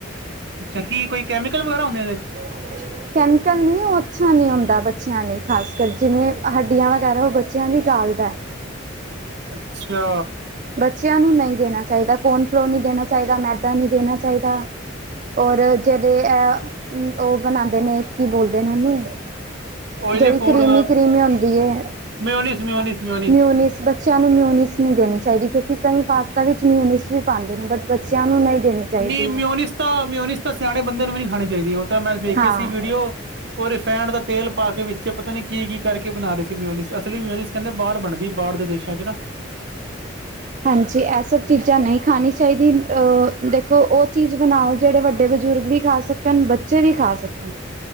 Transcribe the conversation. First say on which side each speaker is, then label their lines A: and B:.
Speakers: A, on the right; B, on the right.
A: ਅੱਛਾ, ਕੀ ਕੋਈ ਕੈਮੀਕਲ ਵਗੈਰਾ ਹੁੰਦੇ ਇਹਦੇ ਚ।
B: ਹ <unintelligible> ਕੈਮੀਕਲ ਨਹੀਂ, ਉਹ ਅੱਛਾ ਨਹੀਂ ਆਂਦਾ ਬੱਚਿਆਂ ਲਈ ਖ਼ਾਸ ਕਰ। ਜਿਵੇਂ ਹੱਡੀਆਂ ਵਗੈਰਾ ਉਹ ਬੱਚਿਆਂ ਲਈ ਗਾਲਦਾ ਹੈ।
A: ਅੱਛਾ।
B: ਬੱਚਿਆਂ ਨੂੰ ਨਹੀਂ ਦੇਣਾ ਚਾਹੀਦਾ। ਕੋਨ ਫਲੋਰ ਨਹੀਂ ਦੇਣਾ ਚਾਹੀਦਾ, ਮੈਦਾ ਨਹੀਂ ਦੇਣਾ ਚਾਹੀਦਾ। ਔਰ ਜਿਹੜੇ ਉਹ ਬਣਾਉਂਦੇ ਨੇ, ਕੀ ਬੋਲਦੇ ਨੇ ਉਹਨੂੰ।
A: ਓਇਲੀ
B: ਜਿਹੜੀ
A: ਫੂਡ
B: ਕਰੀਮੀ- ਕਰੀਮੀ ਹੁੰਦੀ ਐ।
A: ਮਿਓਨੀਸ ਮਿਓਨੀਸ ਮਿਓਨੀਸ
B: ਮਿਊਨਿਸ ਬ- ਬੱਚਿਆਂ ਨੂੰ ਮਿਊਨਿਸ ਨਹੀਂ ਦੇਣੀ ਚਾਹੀਦੀ। ਕਿਉਂਕਿ ਕਈ ਪਾਸਤਾ ਵਿੱਚ ਮਿਊਨਿਸ ਵੀ ਪਾਉਂਦੇ ਨੇ। ਬਟ ਬੱਚਿਆਂ ਨੂੰ ਨਹੀਂ ਦੇਣੀ। ਚਾਹੀਦੀ
A: ਨਹੀਂ ਮਿਊਨਿਸ
B: ਉਹ
A: ਤਾਂ, ਮਿਊਨਿਸ ਤਾਂ ਸਿਆਣੇ ਬੰਦੇ ਨੂੰ ਵੀ ਨਹੀਂ ਖਾਣੀ ਚਾਹੀਦੀ। ਉਹ ਤਾਂ ਮੈਂ ਵੇਖੀ
B: ਹਾਂ
A: ਸੀ, ਵੀਡੀਓ। ਉਹ ਰਿਫੈਨ ਦਾ ਤੇਲ ਪਾ ਕੇ, ਵਿੱਚ ਪਤਾ ਨੀ ਕੀ- ਕੀ ਕਰਕੇ ਬਣਾ ਰਹੇ ਸੀ ਮਿਉਨੀ, ਅਸਲੀ ਮਿਉਨੀ ਕਹਿੰਦੇ ਬਾਹਰ ਬਣਦੀ, ਬਾਹਰ ਦੇ ਦੇਸ਼ਾਂ ਚ ਨਾ।
B: ਹਾਂਜੀ ਇਹ ਸਭ ਚੀਜ਼ਾਂ ਨਹੀਂ ਖਾਣੀ ਚਾਹੀਦੀ ਅ। ਦੇਖੋ ਉਹ ਚੀਜ਼ ਬਣਾਓ ਜਿਹੜੇ ਵੱਡੇ ਬਜ਼ੁਰਗ ਵੀ ਖਾ ਸ- ਖਾ ਸਕਣ ਬੱਚੇ ਵੀ ਖਾ ਸਕਣ।